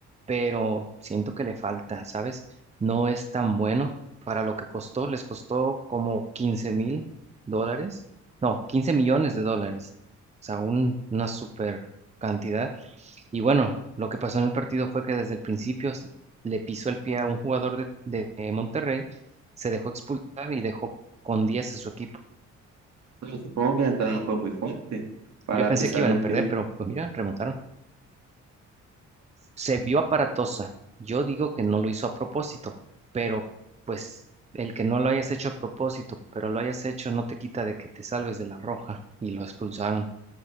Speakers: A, on the right (about 20°); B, on the right (about 65°).
A: pero siento que le falta, ¿sabes? No es tan bueno para lo que costó. Les costó como quince mil dólares, no, 15 millones de dólares. O sea, un- una super cantidad. Y bueno, lo que pasó en el partido fue que desde el principio s- le pisó el pie a un jugador de, de eh, Monterrey, se dejó expulsar y dejó con 10 a su equipo.
B: Pero supongo que la entrada fue muy fuerte para
A: Yo pensé
B: pisar
A: que iban
B: el
A: a perder,
B: pie.
A: pero pues mira, remontaron. se vio aparatosa. Yo digo que no lo hizo a propósito, pero pues el que no lo hayas hecho a propósito, pero lo hayas hecho no te quita de que te salves de la roja y lo expulsaron.